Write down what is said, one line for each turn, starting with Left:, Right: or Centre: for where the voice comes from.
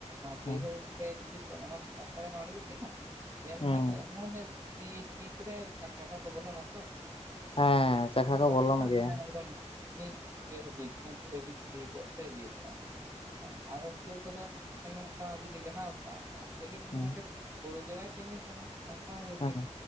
Left: ᱦᱮᱸ
Right: ᱵᱟᱹᱭᱦᱟᱹᱲ ᱨᱮ ᱡᱩᱫᱤ ᱚᱱᱟ ᱴᱟᱠᱴᱟᱨ ᱮᱢ ᱟᱬᱜᱩ ᱠᱮᱫᱼᱟ᱾ ᱧᱮᱞ
Left: ᱦᱩᱸ
Right: ᱢᱮ ᱦᱚᱭ ᱛᱚ ᱮᱢᱚᱱᱮ ᱥᱤ ᱥᱤ ᱠᱮᱫᱟᱭ ᱟᱨ ᱪᱟᱠᱟ ᱠᱚ ᱵᱚᱞᱚᱱᱟ ᱛᱚ᱾
Left: ᱦᱮᱸ ᱪᱟᱠᱷᱟ
Right: ᱯᱚᱝ
Left: ᱠᱚ
Right: ᱫᱚᱥᱚᱜᱟ
Left: ᱵᱚᱞᱚᱱ ᱜᱮᱭᱟ
Right: ᱦᱟᱱᱮ ᱮᱫᱚᱢ ᱢᱤᱫ ᱜᱮ ᱦᱟᱹᱵᱤᱡ ᱩᱱᱠᱩ ᱦᱟᱹᱵᱤᱡ ᱥᱤ ᱠᱚᱜ ᱛᱮ ᱤᱭᱟᱹ ᱠᱚᱜᱼᱟ ᱦᱮᱸ ᱟᱨ ᱦᱚᱸ ᱠᱮᱳ ᱠᱚᱫᱚ᱾ ᱱᱚᱝᱠᱟ ᱡᱩᱫᱤ ᱞᱮᱦᱟᱣ ᱠᱚᱜ-ᱟ ᱫᱟᱜ ᱛᱮᱜᱮ ᱡᱮᱱᱚ
Left: ᱦᱮᱸ
Right: ᱚᱸᱰᱮ ᱦᱳᱲᱳ ᱜᱮ ᱵᱟᱭ ᱛᱮᱜᱳᱱ᱾ ᱦᱳᱭ ᱠᱟᱱᱟ ᱚᱱᱠᱟ ᱦᱚᱸ ᱦᱳᱭᱳᱜ
Left: ᱦᱮᱸ
Right: ᱜᱮᱭᱟ